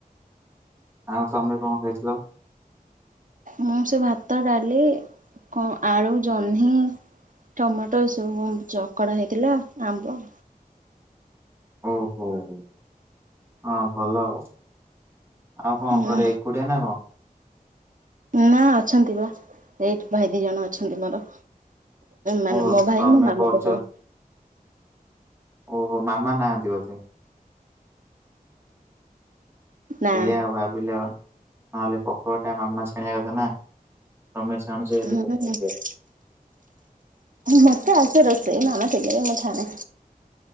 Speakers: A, on the right (about 15°); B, on the right (about 60°).
A: ଆଉ ତମେ କଣ ଖାଇଥିଲ।
B: ମୁଁ ସେ ଭାତ, ଡାଲି କଣ ଆଳୁ, ଜହ୍ନି। ଟମାଟୋ ଏସବୁକୁ ଚକଡା ହେଇଥିଲା ଆମ୍ବ।
A: ଓ ହୋ ହୋ ହଁ ଭଲ। ଆଉ କଣ
B: ହୁଁ
A: ଘରେ ଏକୁଡିଆ ନା କଣ?
B: ନା ଅଛନ୍ତି ବା ଏଇଠି ଭାଇ ଦି ଜଣ ଅଛନ୍ତି ମୋର। ମାନେ
A: ଓହୋ
B: ମୋ ଭାଇ
A: ତମେ
B: ମୋ ମାମୁଁଙ୍କ
A: କରୁଛ
B: ପୁଅ।
A: ଓ ହୋ ମାମା ନାହାନ୍ତି ବୋଧେ।
B: ନା
A: ସେଇଆ ଭାବିଲ ନହେଲେ <unintelligible> ମାମା ଆାଣିବା କଥା ନା ତମେ
B: ହୁଁ
A: <unintelligible>
B: ମତେ ଆସେ ରୋଷେଇ <unintelligible> ମୁଁ ଛାଣେ।